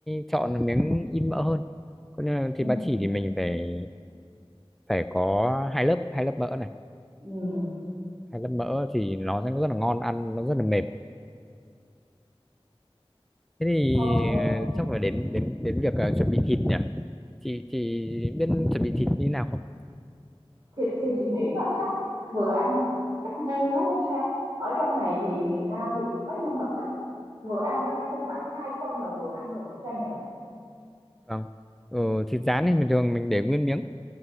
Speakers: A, in the centre; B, on the right.
A: chọn miếng ít mỡ hơn còn như là
B: Ừm,
A: thịt ba chỉ thì mình phải phải có hai lớp hai lớp mỡ này
B: ừm,
A: hay lớp mỡ thì nó sẽ rất là ngon ăn nó rất là mềm thế thì
B: ô kê,
A: ờ, chắc phải đến đến đến việc ờ, chuẩn bị thịt nhỉ chị chị biết chuẩn bị thịt như thế nào không
B: thì thì chị nghĩ là chắc vừa ăn, chắc vuông, đúng không Sang? Ở trong này thì miền Nam thì nói chung là chắc vừa ăn thôi, chắc cũng khoảng 2 phân là vừa ăn rồi, Sang nhỉ?
A: vâng ờ, thịt rán thì bình thường mình để nguyên miếng